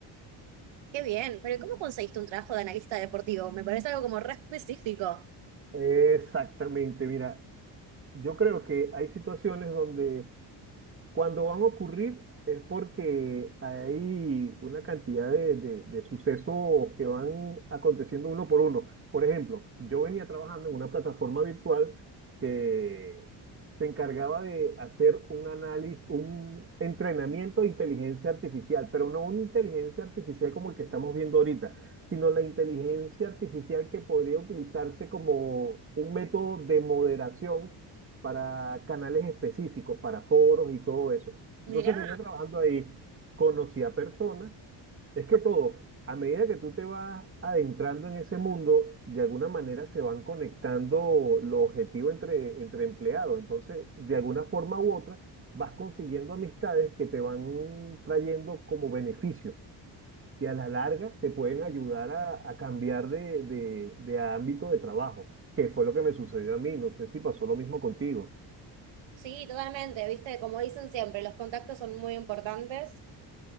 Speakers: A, on the right; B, on the right.
A: Qué bien, pero ¿cómo conseguiste un trabajo de analista deportivo? Me parece algo como re específico.
B: Exactamente, mira, yo creo que hay situaciones donde Cuando van a ocurrir es porque hay una cantidad de, de- de sucesos que van aconteciendo uno por uno. Por ejemplo, yo venía trabajando en una plataforma virtual que se encargaba de hacer un análisis, un entrenamiento de inteligencia artificial, pero no una inteligencia artificial como el que estamos viendo ahorita, sino la inteligencia artificial que podría utilizarse como un método de moderación para canales específicos, para foros y todo eso.
A: Mirá.
B: Entonces venía trabajando ahí, conocí a personas, es que todo, a medida que tú te vas adentrando en ese mundo, de alguna manera se van conectando los objetivos entre, entre empleados. Entonces, de alguna forma u otra, vas consiguiendo amistades que te van trayendo como beneficios que a la larga te pueden ayudar a, a cambiar de, de de ámbito de trabajo, que fue lo que me sucedió a mí. No sé si pasó lo mismo contigo.
A: Sí, totalmente, viste, como dicen siempre, los contactos son muy importantes.